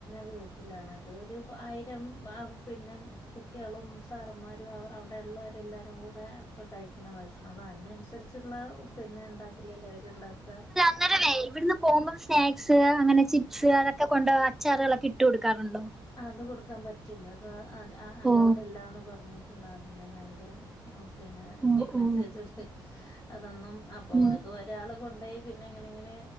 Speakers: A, on the left; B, in the centre.
A: വീട്ടിലാണ് അത് ഒരു ആയിരംബാകും പിന്നെ കുട്ടികളും സാറുംമ്മാരും അവിടെ ഇള്ളോരും എല്ലാവരും കൂടെ കഴിക്കണ ഭക്ഷണം അന് അതിന് അതിനനുസരിച്ചിട്ടുള്ള പിന്നെ ഉണ്ടാക്കില്ലല്ലേ അവര്ണ്ടാക്ക
B: അന്നാരവേ ഇവിടുന്ന് പോകുമ്പോം സ്നാക്സ് അങ്ങനെ ചിപ്സ് അതൊക്കെ കൊണ്ട് അച്ചാറുകളൊക്കെ ഇട്ട് കൊടുക്കാറുണ്ടോ
A: അത് കൊടുക്കാൻ പറ്റൂല അത് അഹ് അലോഡ്
B: ഓ
A: അല്ലന്ന് പറഞ്ഞിട്ടുണ്ട് ആദ്യം തന്നെ അവര് പിന്നെ
B: ഓ
A: ഇങ്ങനെ
B: ഓ
A: മെസ്സേജ് ഇണ്ട് അതൊന്നും അപ്പ
B: ഉം
A: അതു ഒരാള് കൊണ്ട് പോയി പിന്നെ ഇങ്ങനെ ഇങ്ങനെ